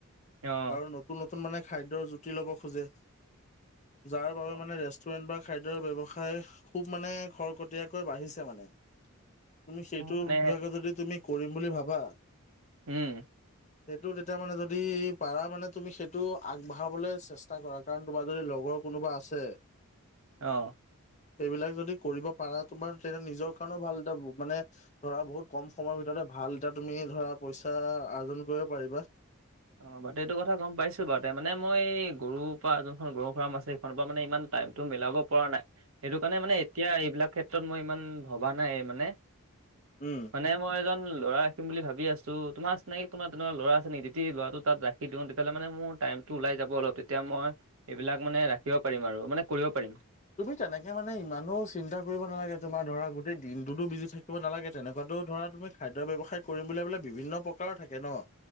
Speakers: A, on the right; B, on the left.
A: অ
B: আৰু নতুন নতুন- নতুন মানে খাদ্যৰ জুতি ল'ব খোজে। যাৰ বাবে
A: অ
B: মানে ৰেষ্ট ৰেষ্টুৰেণ্ট বা খাদ্যৰ ব্যৱসায় খুব মানে খৰকটীয়াকৈ বাঢ়িছে মানে। তুমি সেইটো
A: মানে
B: বিভাগত যদি তুমি কৰিম বুলি ভাৱা।
A: উম।
B: সেইটো তেতিয়া মানে যদি পাৰা, মানে তুমি সেইটো আগবঢ়াবলৈ চেষ্টা কৰা। কাৰণ তোমাৰ যদি লগৰ কোনোবা আছে।
A: অঁ।
B: সেইবিলাক যদি কৰিব পাৰা, তোমাৰ তেতিয়া নিজৰ কাৰণেও ভাল। এটা মানে ধৰা, বহুত কম সময়ৰ ভিতৰতে ভাল এটা তুমি ধৰা, পইচা অৰ্জন কৰিব পাৰিবা।
A: অ, এইটো কথা গম পাইছো। মানে মই গৰুৰ পৰা গৰুৰ ফাৰ্ম আছে, সেইখনৰ পৰা মানে ইমান টাইমটো মিলাব পৰা নাই। সেইটো কাৰণে মানে এতিয়া এইবিলাক ক্ষেত্ৰত মই ইমান ভৱা নাই। মানে,
B: উম।
A: মানে মই এজন ল'ৰা ৰাখিম বুলি ভাবি আছো। তোমাৰ চিনাকী কোনোবা তেনেকুৱা ল'ৰা আছে নেকি? ল'ৰাটো তাত ৰাখি দিওঁ, তেতিয়াহলে মানে মোৰ টাইমটো ওলাই যাব। অলপ তেতিয়া মই এইবিলাক মানে ৰাখিব পাৰিম, আৰু মানে কৰিব পাৰিম।
B: তুমি তেনেকে মানে ইমানো চিন্তা কৰিব নালাগে। তোমাৰ ধৰা গোটেই দিনটোতো বিজি থাকিব নালাগে। তেনেকুৱাটো ধৰা তুমি খাদ্যৰ ব্যৱসায় কৰিম বুলিলে, বিভিন্ন প্ৰকাৰৰ থাকে ন।